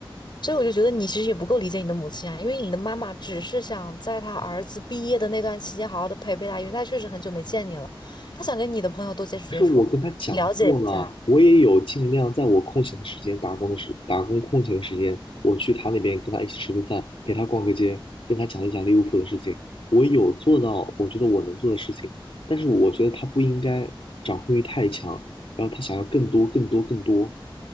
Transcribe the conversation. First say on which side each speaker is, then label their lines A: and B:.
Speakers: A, on the left; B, on the left.
A: 所以我就觉得你其实也不够理解你的母亲啊，因为你的妈妈只是想在她儿子毕业的那段期间好好的陪陪他，因为她确实很久没见你了，她想跟你的朋友多接触接触，
B: 可是我跟他讲过了，
A: 了解一下。
B: 我也有尽量在我空闲的时间、打工的时、打工空闲的时间，我去他那边跟他一起吃个饭，陪他逛个街，跟他讲一讲利物浦的事情。我有做到，我觉得我能做的事情，但是我觉得他不应该掌控欲太强，然后他想要更多、更多、更多，